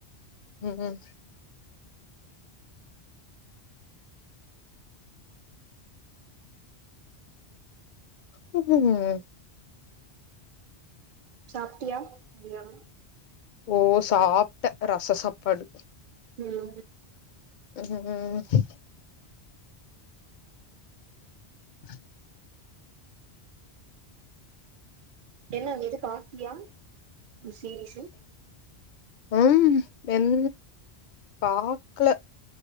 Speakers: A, on the left; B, on the right.
A: ம் ம்
B: சாப்ட்டியா மதியானோ
A: ஓ சாப்ட்டே ரச சாப்பாடு
B: ம்
A: ம் <inaudible>
B: என்ன அந்த இது பாத்தியா சீரிஸ்ஸு
A: உம் என் பாக்ல